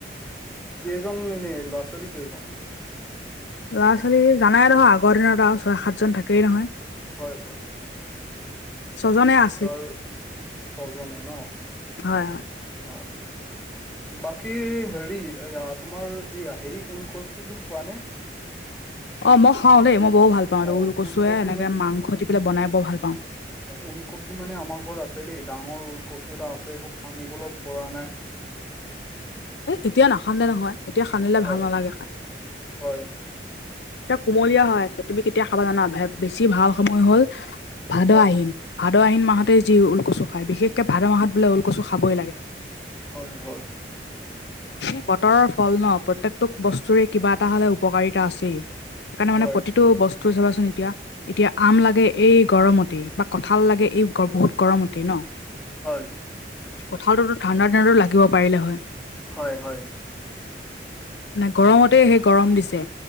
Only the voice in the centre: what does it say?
কেইজন এনে ল'ৰা - ছোৱালী কেইজন?
হয় হয়।
তাৰ ছজনে ন?
হয় হয়! বাকী হেৰি এইয়া তোমাৰ এইয়া হেৰি ওলকচুটো খোৱা নে?
অ
ওল কচু
ওলকচু মানে আমাৰ ঘৰত আছে দেই ডাঙৰ ওলকচু এটা আছে এইটো খানিবলে পৰা নাই।
হয়
হয়।
হয়
হয় হয়!
হয়
হয়
হয় হয়,